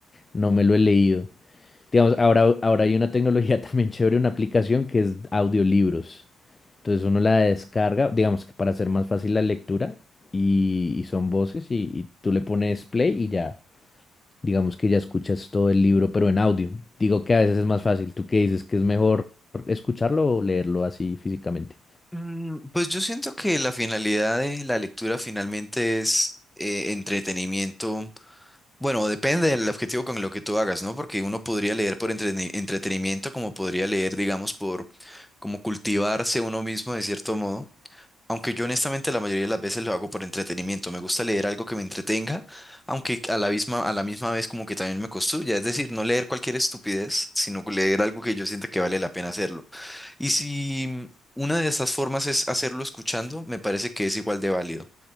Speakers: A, on the left; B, in the centre.
A: no me lo he leído. Digamos, ahora, ahora hay una tecnología <laughs> también chévere, una aplicación que es audiolibros. Entonces uno la descarga, digamos que para hacer más fácil la lectura y, y son voces y, y tú le pones play y ya. Digamos que ya escuchas todo el libro, pero en audio. Digo que a veces es más fácil. ¿Tú qué dices? ¿Que es mejor escucharlo o leerlo así físicamente?
B: Mm, Pues yo siento que la finalidad de la lectura finalmente es eh, entretenimiento Bueno, depende del objetivo con lo que tú hagas, ¿no? Porque uno podría leer por entreni- entretenimiento, como podría leer, digamos, por como cultivarse uno mismo de cierto modo. Aunque yo honestamente la mayoría de las veces lo hago por entretenimiento. Me gusta leer algo que me entretenga, aunque a la misma, a la misma vez como que también me construya. Es decir, no leer cualquier estupidez, sino leer algo que yo sienta que vale la pena hacerlo. Y si una de esas formas es hacerlo escuchando, me parece que es igual de válido.